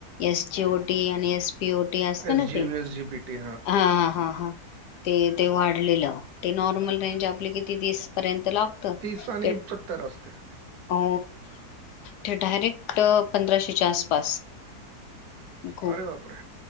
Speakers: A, on the left; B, on the right.
A: एस जी ओ टी आणि एस पि ओ टी असत
B: एस
A: ना
B: जी
A: ते
B: एस जी पी टी
A: हा हा हा हा. ते ते वाढलेलं ते नॉर्मल रेंज आपले किती वीस पर्यंत लागत
B: तीस आणि
A: ते.
B: सत्तर असते
A: अ ते डायरेक्ट पंधराशेच्या आसपास खूप
B: अरे बापरे